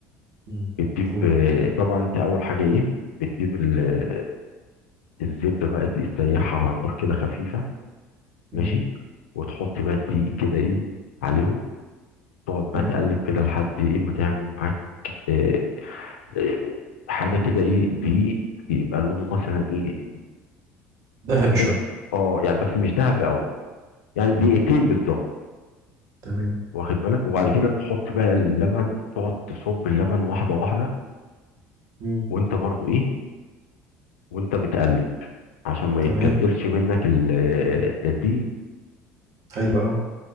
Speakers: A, on the right; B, on the left.
A: مم.
B: بتجيب
A: قول
B: آه، طبعا انت اول حاجه ايه بتجيب ال- آه، الزبده بقى تسيحها على نار كده خفيفه
A: مم.
B: ماشي وتحط بقى الدقيق كده ايه عليهم تقعد
A: تمام
B: بقى تقلب كده لحد ايه ما تعمل معاك آه، آه، حاجه كده ايه دي يبقى لونه مثلا ايه
A: ذهبي شويه
B: بس اه يعني بس مش ذهبي قوي يعني دقيقتين
A: مم.
B: بالظبط
A: تمام
B: واخد بالك وبعد كده بتحط بقى اللبن تقعد تصب اللبن واحده واحده
A: مم.
B: وانت برضو ايه وانت بتقلب عشان ما
A: تمام
B: يتكتلش منك ال- آه، دي
A: حلو قوي